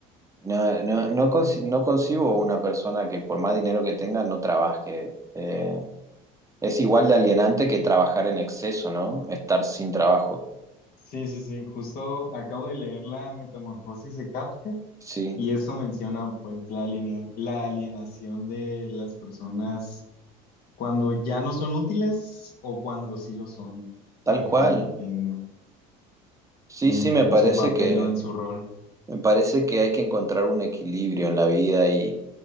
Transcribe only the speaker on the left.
Sí, sí, sí. Justo acabo de leer la Metamorfosis de Kafka
y eso menciona pues la alinea- la alienación de las personas cuando ya no son útiles o cuando sí lo son
eh,
en,
en
su papel
o en su rol,